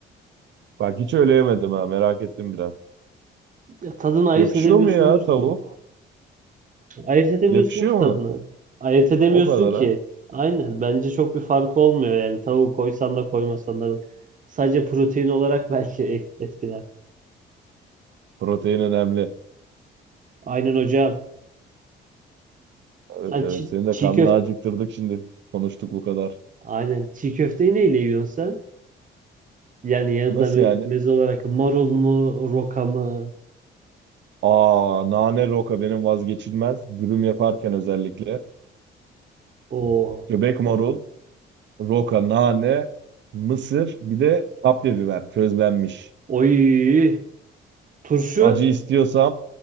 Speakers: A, on the right; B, on the right.
A: Bak hiç öyle yemedim ha merak ettim biraz.
B: Ya tadını ayırt
A: Yakışıyor
B: edemiyorsundur
A: mu ya tavuk?
B: ki. Ayırt edemiyorsun
A: Yakışıyor
B: ki tadını.
A: mu?
B: Ayırt edemiyorsun
A: O kadar
B: ki.
A: ha.
B: Aynen. Bence çok bir farkı olmuyor yani. Tavuğu koysan da koymasan da. Sadece protein olarak <laughs> belki et- etkiler.
A: Protein önemli.
B: Aynen hocam.
A: Evet
B: Sen
A: evet
B: çi-
A: seni de
B: çiğ
A: karnını
B: köfte...
A: acıktırdık şimdi. Konuştuk bu kadar.
B: aynen. Çiğ köfteyi neyle yiyorsun sen? Yani yanında
A: Nasıl
B: me-
A: yani?
B: meze olarak marul mu, roka mı?
A: Aa, nane roka benim vazgeçilmez. Dürüm yaparken özellikle.
B: O
A: Göbek marul, roka, nane, mısır, bir de kapya biber közlenmiş.
B: Oy Turşu
A: Acı istiyorsam,